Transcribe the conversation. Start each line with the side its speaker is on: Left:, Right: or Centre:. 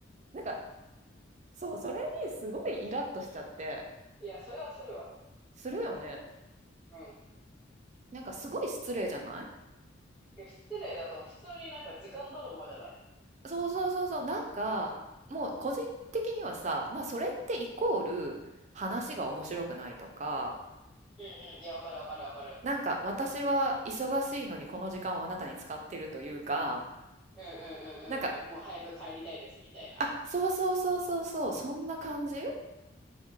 Right: なんかそうそれにすごいイラッとしちゃって
Centre: いや、それはするわ。
Right: するよね
Centre: うん。
Right: なんかすごい失礼じゃない
Centre: いや、失礼だと、普通になんか時間泥棒じゃない
Right: そうそうそうそう、なんか、もう個人的にはさ、まあそれってイコール話が面白くないとか、
Centre: うんうん。いや、わかるわかるわかる。
Right: なんか私は忙しいのにこの時間をあなたに使ってるというか、
Centre: うんうんうんうんうん。
Right: なんか、
Centre: もう早く帰りたいです、みたいな。
Right: あ、そうそうそうそうそう、そんな感じ